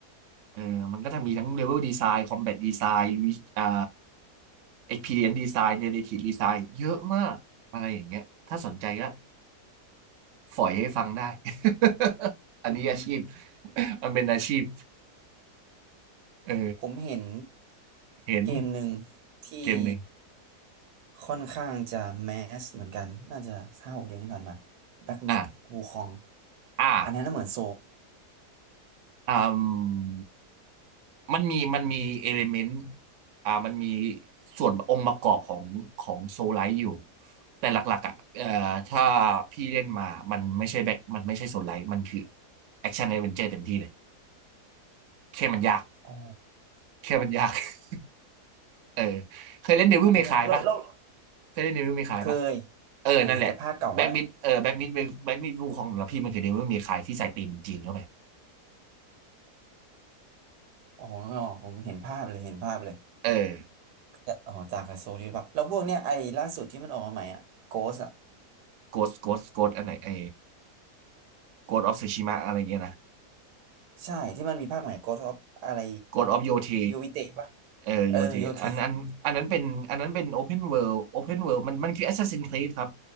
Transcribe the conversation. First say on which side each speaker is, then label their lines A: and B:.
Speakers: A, on the right; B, on the right.
A: เออมันก็จะมีทั้ง Level Design Combat Design วิอ่า Experience Design Narrative Design เยอะมากอะไรอย่างเงี้ยถ้าสนใจก็ฝอยให้ฟังได้ <laughs> อันนี้อาชีพ
B: อืม
A: มันเป็นอาชีพเออ
B: ผมเห็น
A: เห็น
B: เกมหนึ่งที่
A: เกมหนึ่ง
B: ค่อนข้างจะแมสเหมือนกันน่าจะห้าหกเดือนที่ผ่านมา Black
A: อ่ะ
B: Myth Wukong
A: อ่ะ
B: อันนั้นน่ะเหมือนโซล
A: อ่ามันมี มันมีเอลิเมนต์อ่ามันมีส่วนองค์ประกอบของของโซลไลท์อยู่ แต่หลักๆอ่ะเอ่อถ้าพี่เล่นมา มันไม่ใช่แบ็คมันไม่ใช่โซลไลท์มันคือแอคชั่นแอดเวนเจอร์เต็มที่เลยแค่มันยาก
B: อ๋อ
A: แค่มันยาก <laughs> เออเคยเล่นเดวิลเมคายปะ
B: มันยากแล้วแล้ว
A: เคยเล่นเดวิลเมคายปะ
B: เคย
A: เออนั่นแหละแบ็กมิดเออแบ็กมิดแบ็กมิดวูของสำหรับพี่มันคือเดวิลเมคายที่ใส่ธีมจีนเข้าไป
B: เคยแต่ภาคเก่าว่าอ๋อผมเห็นภาพเลยเห็นภาพเลย
A: เออ
B: แล้วอ๋อจากกับโซลิดแบบแล้วพวกเนี้ยไอ้ล่าสุดที่มันออกมาใหม่อ่ะโกสอ่ะ
A: โกสโกสโกสอันไหนไอโกสออฟซูชิมะอะไรเงี้ยนะ
B: ใช่ที่มันมีภาคใหม่โกสออฟอะไร
A: กดออฟโยเท
B: ยูวิเตะปะ
A: เออโยเทอันอันอันนั้นเป็นอันนั้นเป็นโอเพนเวิลดโอเพนเวิดมันมันคือ
B: เออโยเท
A: Assassin's Creed ครับ